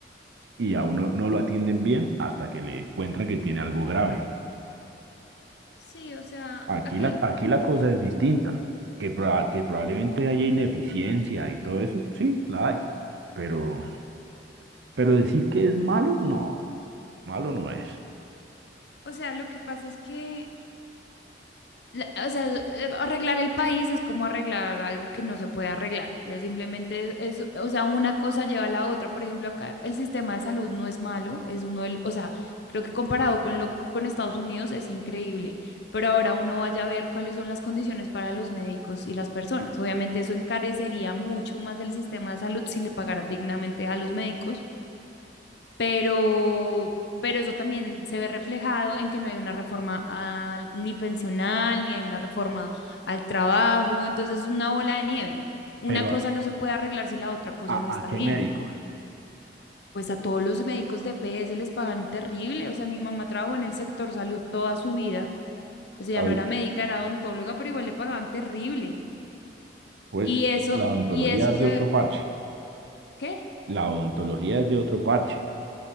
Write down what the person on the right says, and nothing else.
y a uno no lo atienden bien hasta que le encuentran que tiene algo grave.
Aquí
la, aquí la cosa es distinta, que, proba- que probablemente haya ineficiencia y todo eso, sí, la hay, pero... Pero decir que es malo, no, malo no es.
Pero
¿a,
a
a qué
médicos?
Al-
pues
la odontología
es
de otro parche,
la odontología es de otro parche.